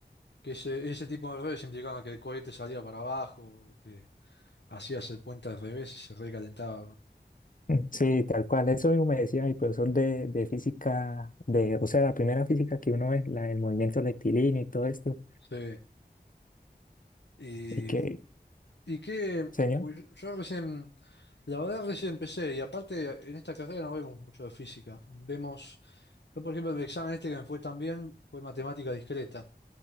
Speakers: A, on the left; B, on the left.
A: que ese, ese tipo de errores implicaban que el cohete salía para abajo, que hacías el puente al revés y se recalentaba.
B: <laughs> Sí, tal cual. Eso mismo me decía mi profesor de, de física, de, o sea, la primera física que uno ve, la del movimiento rectilíneo y todo esto.
A: Sí. Y,
B: Y que,
A: bu- y qué,
B: señor,
A: pues yo recién, la verdad recién empecé, y aparte en esta carrera no vemos mucho de física. Vemos, yo por ejemplo en el examen este que me fue tan bien fue matemática discreta.